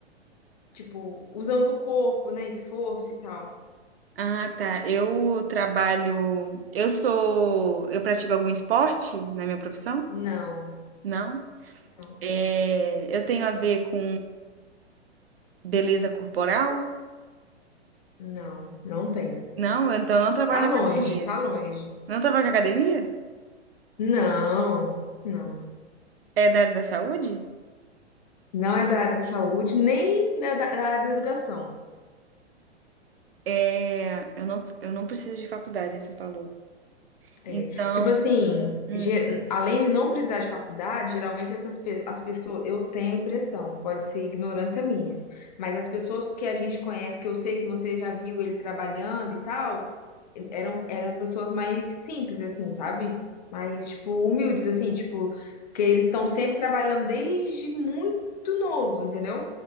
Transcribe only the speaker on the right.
Ah, tá. Eu trabalho. Eu sou. Eu pratico algum esporte na minha profissão?
Não.
É, eu tenho a ver com beleza corporal?
Não, então eu não trabalho
na
academia.
Não trabalho na academia?
É da área da saúde?
É, eu não, eu não preciso de faculdade, né, você falou.
Então,
hum,